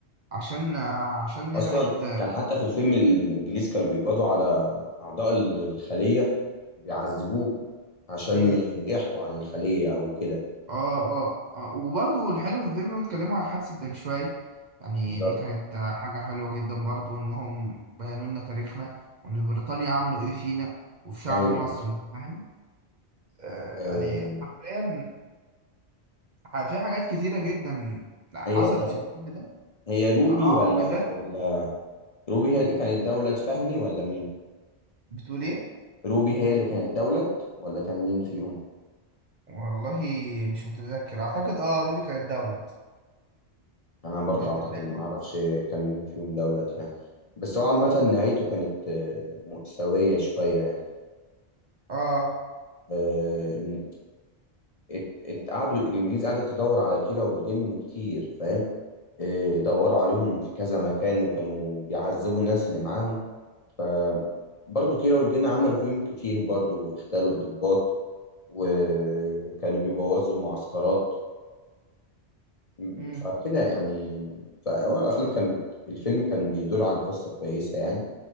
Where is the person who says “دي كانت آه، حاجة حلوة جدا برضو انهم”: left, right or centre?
Right